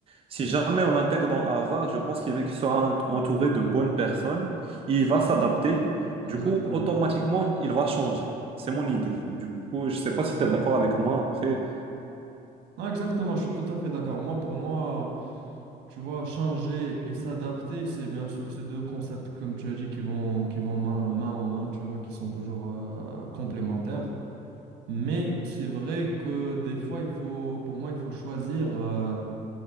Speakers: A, on the right; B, on the right.
A: Si jamais on l'intègre dans Harvard, je pense qu'il va- qu'il sera ent- entouré de bonnes personnes. Il va s'adapter.
B: Exactement.
A: Du coup, automatiquement, il va changer. C'est mon idée. Du coup, je ne sais pas si tu es d'accord avec moi après.
B: Non, exactement, je suis tout à fait d'accord. Moi, pour moi, tu vois, changer et s'adapter, c'est bien sûr ces deux concepts, comme tu as dit, qui vont, qui vont main, main en main, tu vois, qui sont toujours euh, complémentaires. Mais c'est vrai que des fois, il faut, pour moi, il faut choisir, euh,